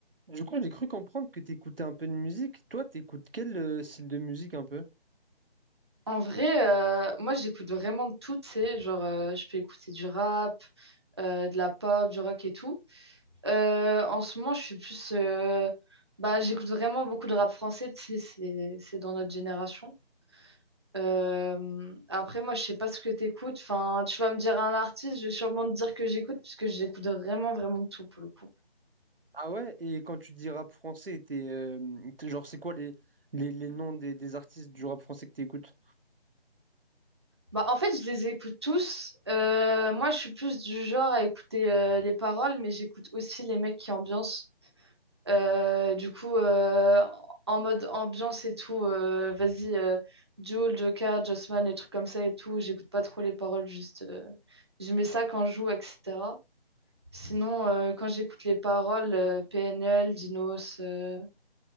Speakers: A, on the right; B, on the right.
A: Du coup, j'ai cru comprendre que t'écoutais un peu de musique. Toi, t'écoutes quel euh, style de musique un peu?
B: En vrai, euh, moi j'écoute vraiment de tout, tu sais, genre euh, je peux écouter du rap, euh, de la pop, du rock et tout. Euh, en ce moment, je suis plus, euh, bah j'écoute vraiment beaucoup de rap français, tu sais, c'est c'est dans notre génération. Euh, après, moi je sais pas ce que t'écoutes. Enfin, tu vas me dire un artiste, je vais sûrement te dire que j'écoute puisque j'écoute vraiment vraiment de tout pour le coup.
A: Ah ouais, et quand tu dis rap français, t'es, euh, t'es- genre c'est quoi les, les, les noms des, des artistes du rap français que t'écoutes?
B: Bah en fait, je les écoute tous. Euh, moi, je suis plus du genre à écouter euh, les paroles, mais j'écoute aussi les mecs qui ambiancent. Euh, du coup, euh, en mode ambiance et tout, euh, vas-y, euh, Jul, Joker, Jossman, les trucs comme ça et tout, j'écoute pas trop les paroles, juste euh, je mets ça quand je joue, etc. Sinon, euh, quand j'écoute les paroles, euh, PNL, Dinos, euh,